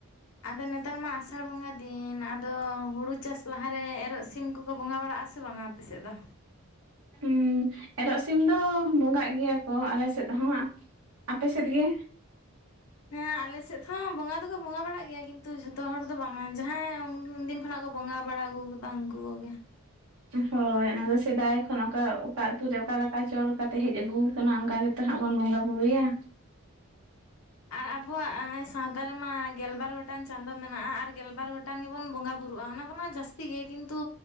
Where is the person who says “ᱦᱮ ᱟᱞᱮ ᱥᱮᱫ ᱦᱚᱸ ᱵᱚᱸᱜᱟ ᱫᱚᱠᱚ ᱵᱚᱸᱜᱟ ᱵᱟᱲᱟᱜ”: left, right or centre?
Left